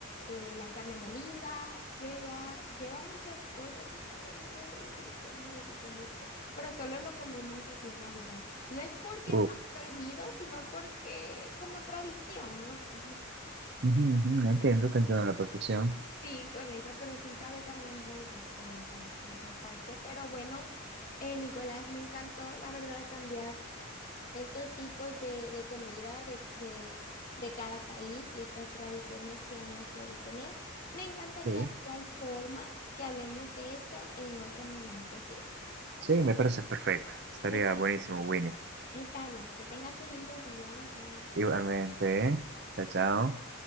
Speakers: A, on the left (about 40°); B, on the right (about 50°).
A: eh, la carne molida, lleva, lleva muchas cosas y sabe muy rico, muy rico, muy rico. Pero solo lo comemos así en Navidad. No es porque
B: Uh,
A: está prohibido, sino porque como tradición, no sé.
B: ujú, ujú, no entiendo, te entiendo a la perfección.
A: Sí, correcto, pero sí sabe también muy rico esa, esa parte. Pero bueno, eh, Nicolás, me encantó, la verdad, cambiar estos tipos de, de comida de, de, de cada país y estas tradiciones que uno suele tener. Me encantaría
B: Sí.
A: de igual forma que hablemos de esto en otro momento, ¿sí?
B: Sí, me parece perfecto. Estaría
A: Perfecto,
B: buenísimo, Winnie.
A: está bien, que tengas un lindo día, bye bye.
B: Igualmente, ¿eh? Chao, chao.